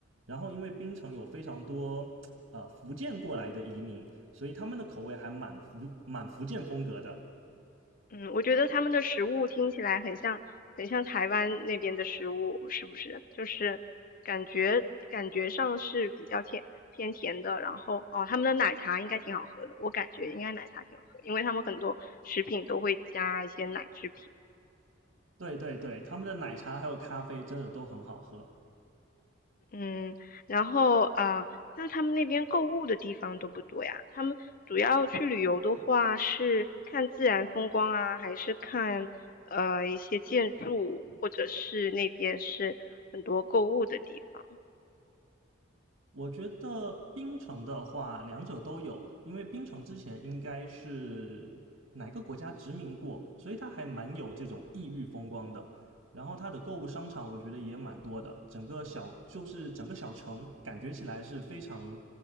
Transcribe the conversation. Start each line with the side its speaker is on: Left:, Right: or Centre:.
Right: 然后因为槟城有非常多呃福建过来的移民，所以他们的口味还蛮福蛮福建风格的。
Left: 嗯，我觉得他们的食物听起来很像，很像台湾那边的食物，是不是？就是感觉感觉上是比较甜偏甜的，然后哦，他们的奶茶应该挺好喝的，我感觉应该奶茶挺好喝，因为他们很多食品都会加一些奶制品。
Right: 对对对，他们的奶茶还有咖啡真的都很好喝。
Left: 嗯，然后啊，那他们那边购物的地方多不多呀？他们主要去旅游的话，是看自然风光啊，还是看呃一些建筑，或者是那边是很多购物的地方？
Right: 我觉得槟城的话，两者都有，因为槟城之前应该是哪个国家殖民过，所以它还蛮有这种异域风光的。然后它的购物商场，我觉得也蛮多的，整个小就是整个小城感觉起来是非常